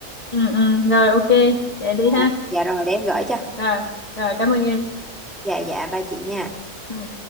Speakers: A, on the left; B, in the centre.
A: Ừ. Ừ. Rồi ok. Vậy đi ha.
B: à, dạ rồi để em gửi cho
A: Rồi. Rồi cảm ơn em.
B: dạ dạ ba chị nha
A: Ừ.